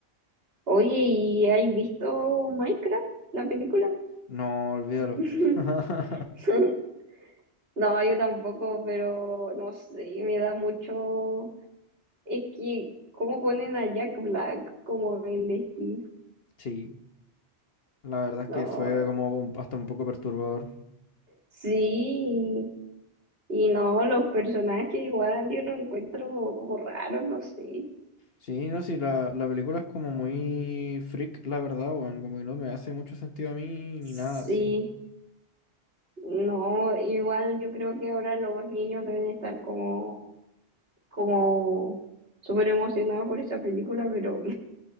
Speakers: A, on the right; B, on the left.
A: Oye, ¿y has visto Minecraft, la película?
B: No, olvídalo.
A: <laughs>
B: <laughs>
A: <laughs> No, yo tampoco, pero no sé, me da mucho. Es que, ¿cómo ponen a Jack Black como el Steve?
B: Sí, la verdad es
A: No,
B: que fue como un- hasta un poco perturbador.
A: sí, y no, los personajes igual yo los encuentro como raros, no sé.
B: Sí, no, sí, la, la película es como muy freak, la verdad, weón. Como que no me hace mucho sentido a mí
A: Sí,
B: ni nada, sí.
A: no, igual yo creo que ahora los niños deben estar como, como súper emocionados por esa película, pero